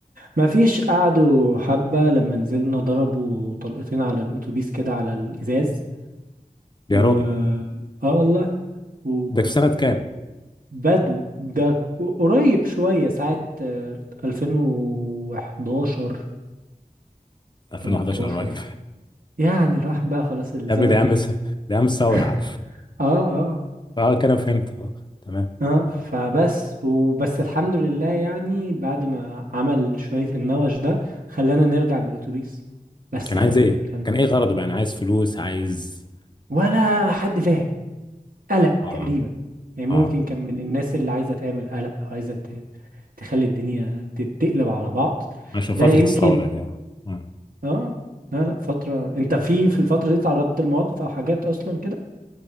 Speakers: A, on the right; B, on the left.
A: ما فيش قعدوا حبة لما نزلنا ضربوا طلقتين على الأتوبيس كده على الإزاز
B: يا
A: و
B: راجل
A: اه والله و...
B: ده في سنة كام؟
A: بدو ده قريب شوية ساعة آه، 2011
B: 2011
A: 13
B: قريب <laughs>
A: يعني الواحد بقى خلاص الزمن
B: يا ابني ده عام
A: بيجري
B: ده عام الثورة
A: <laughs>
B: يا عم
A: اه اه
B: اه كده فهمت اه تمام
A: اه آه. فبس وبس الحمد لله يعني بعد ما عمل شوية النوش ده خلانا نرجع بالأتوبيس بس
B: كان
A: كان
B: عايز ايه
A: كان
B: كان ايه غرضه بقى انا عايز فلوس عايز
A: ولا حد فاهم قلق
B: اه
A: تقريبا يعني ممكن
B: اه
A: كان من الناس اللي عايزة تعمل قلق أو عايزة ت- تخلي الدنيا تتقلب على بعض
B: عشان فترة
A: ده يمكن
B: الثورة دي اه مم.
A: اه لا لا فترة انت في في الفترة دي تعرضت لمواقف او حاجات اصلا كده